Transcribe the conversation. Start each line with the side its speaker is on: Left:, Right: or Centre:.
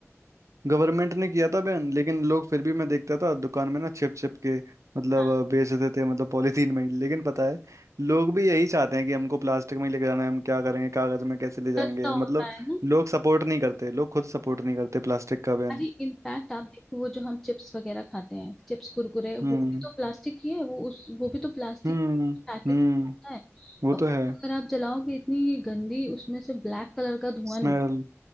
Right: गवर्नमेंट ने किया था बैन लेकिन लोग फिर भी मैं देखता था दुकान में ना छिप छिप के मतलब
Centre: हाँ
Right: अ, बेच देते थे मतलब पॉलीथीन में ही। लेकिन पता है लोग भी यही चाहते हैं कि हमको प्लास्टिक में ही लेके जाना है हम क्या करेंगे कागज में कैसे ले जाएंगे
Centre: सस्ता
Right: मतलब
Centre: होता है ना
Right: लोग सपोर्ट नहीं करते लोग खुद सपोर्ट नहीं करते प्लास्टिक का बैन
Centre: अरे इनफैक्ट आप देखो वो जो हम चिप्स वगैरह खाते हैं चिप्स कुरकुरे वो
Right: हम्म
Centre: भी तो प्लास्टिक ही है वो उस वो भी तो प्लास्टिक
Right: हम्म
Centre: पैकेट
Right: हम्म
Centre: होता है
Right: वो
Centre: और
Right: तो
Centre: उसको
Right: है
Centre: अगर आप जलाओगे इतनी गंदी उसमें से ब्लैक कलर का धुआं
Right: स्मेल
Centre: निक